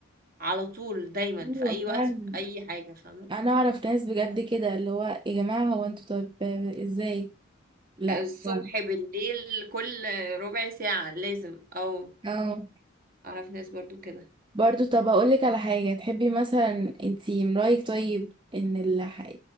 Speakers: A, on the right (about 45°); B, on the right (about 25°).
A: على طول دايما
B: ايوه
A: في اي
B: فعلا
A: وقت في اي حاجه فاهمه
B: انا اعرف ناس بجد كده اللي هو يا جماعة هو انتوا طب ازاي لا
A: الصبح
B: هو-
A: بالليل كل ربع ساعه لازم او
B: اه
A: اعرف ناس برضو كده
B: برضو طب اقولك على حاجة تحبي مثلا انتي من رأيك طيب ان الح...